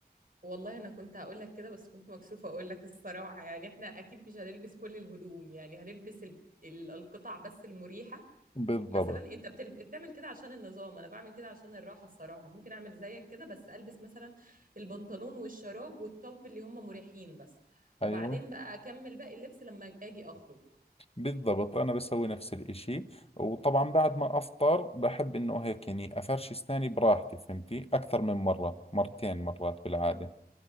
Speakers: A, on the right (about 60°); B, on the left (about 35°).
A: والله انا كنت هقول لك كده بس كنت مكسوفه اقول لك الصراحه يعني احنا اكيد مش هنلبس كل الهدوم يعني هنلبس ال- ال- القطع بس المريحه
B: بالضبط
A: مثلا انت بتل... بتعمل كده عشان النظام انا بعمل كده عشان الراحه الصراحه ممكن اعمل زيك كده بس البس مثلا البنطلون والشراب والتوب اللي هم مريحين بس وبعدين
B: ايوه
A: بقى اكمل باقي اللبس لما اجي اخرج
B: بالضبط أنا بسوي نفس الإشي وطبعا بعد ما أفطر بحب إنه هيك يعني أفرش أسناني براحتي فهمتي أكثر من مرة مرتين مرات بالعادة